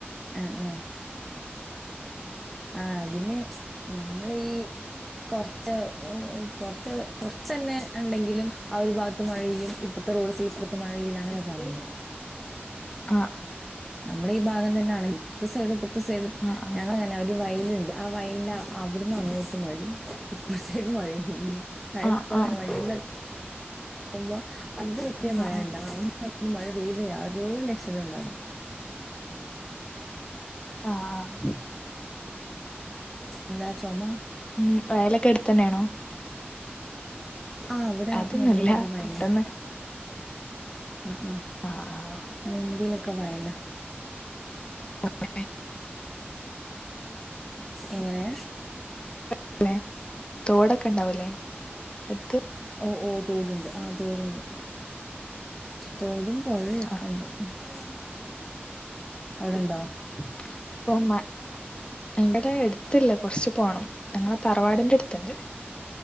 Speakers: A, in the centre; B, on the left.
A: ആ ആ. ആ അതിന് നമ്മള ഈ കൊർച്ച് കൊർച്ച് കൊർ ച്ച് ന്നെ ഇണ്ടെങ്കിലും ആ ഒരു ഭാഗത്ത് മഴെയ്യും. ഇപ്പർ ത്തെ റോഡ്സിൽ ഇപ്പറത്തും മഴയ്യൂല അങ്ങനെക്കണല്ലോ.
B: ആ.
A: നമ്മുടെ ഈ ഭാഗം തന്നെയാണ് ഇപ്പർത്തെ സൈഡും ഇപ്പർത്തെ സൈഡും
B: ആഹ് ആഹ്
A: ഞങ്ങൾങ്ങനെ വയലുണ്ട് ആ വയലിന് അവിടുന്ന് അങ്ങോട്ട് മഴ പെയ്യും ഇപ്പോഴത്തേക്കും മഴയും പെയ്യൂല. അ
B: ആഹ്
A: എപ്പളും
B: ആഹ്
A: ഓന് പണിയ പോമ്പോ <unintelligible>
B: ആഹ് ആഹ്
A: മഴ പെയ്ത യാതൊരു ലക്ഷണവും ഉണ്ടാവൂല.
B: ആ ആ.
A: എന്താ ചുമ?
B: ഉം വയലൊക്കെ എടുത്ത് തന്നെയാണോ?
A: ആ അവിടെ
B: അതൊന്നുല്ല
A: മുമ്പിലൊക്കെ വയല.
B: പെട്ടെന്ന്
A: ആ ആ
B: ആഹ് ആഹ്
A: മുമ്പിലൊക്കെ വയല.
B: <unintelligible>
A: എങ്ങനെ
B: വൂലെ തോടൊക്കെണ്ടാവൂലെ അടുത്ത്
A: ഓ ഓ തോടുണ്ട് ആ തോടുണ്ട് തോടും പുഴയൊക്കെണ്ട്
B: ആഹ്
A: ഉം അവിടെണ്ടോ
B: പ്പം മ ഇവിടെ എടുത്തില്ല കുറച്ച് പോണം ഞങ്ങളെ തറവാടിന്റെ അടുത്ത് ത്ത്ണ്ട്